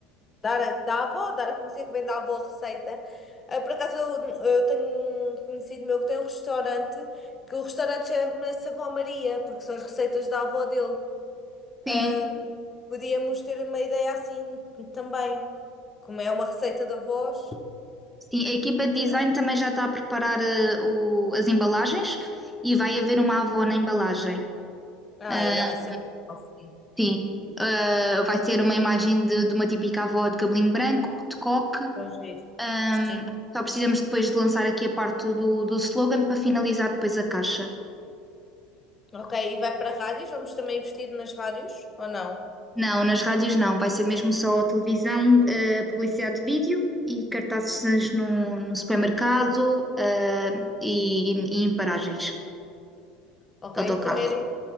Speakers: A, on the left (about 25°); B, in the centre.
A: dar a da avó, dar a conhecer que vem da avó a receita. Ah, Por acaso eu, eu tenho um conhecido meu que tem um restaurante, que o restaurante chama-se Avó Maria, porque são as receitas da avó dele.
B: sim,
A: Ahm, podíamos ter uma ideia assim também, como é uma receita da avós.
B: sim. A equipa de design também já está a preparar eh, o- as embalagens e vai haver uma avó na embalagem.
A: Ah,
B: Ah,
A: ai, isso é bom, sim.
B: sim, Ah, vai ser uma imagem de, de uma típica avó de cabelinho branco, de coque.
A: Então, giro.
B: Ahm,
A: Sim.
B: só precisamos depois de lançar aqui a parte do, do slogan para finalizar depois a caixa.
A: Ok, e vai para rádios? Vamos também investir nas rádios ou não?
B: Não, nas rádios não, vai ser mesmo só a televisão, eh, publicidade de vídeo e cartazes no, no supermercado, eh, e, e em paragens
A: ok?
B: de autocarro.
A: Também era,